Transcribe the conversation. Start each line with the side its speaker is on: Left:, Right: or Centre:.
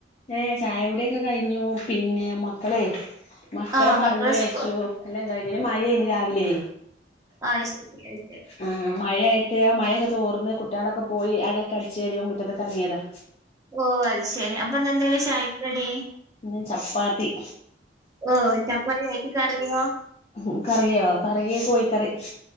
Left: ഏ ചായ കുടിയാെക്കെ കയ്ഞ്ഞു പിന്നെ മക്കളെ മക്കളെ
Right: ആഹ്
Left: പർഞ്ഞു
Right: മക്കള്
Left: അയ്ച്ചു
Right: സ്കൂ
Left: എല്ലാം കഴിഞ്ഞു ന് മഴേന് രാവ് ലെ
Right: അയ്ശെരി അയ്
Left: ആ മഴായ്ട്ട് ആ മഴയൊക്കെ തോർന്ന് കുട്ട്യാളൊക്കെ പോയി അകക്കെ അട്ച്ചാരി പ്പോ മുറ്റത്ത്ക്കെർങ്ങ്യേതാ
Right: ഓ അത്ശെരി അപ്പന്നെന്തേനു ചായക്ക് കടി?
Left: പിന്നെ ചപ്പാത്തി
Right: ഓ ചപ്പാത്തി. അയ്ക്ക് കറിയോ?
Left: ഉം കറിയോ കറീ കോയിക്കറി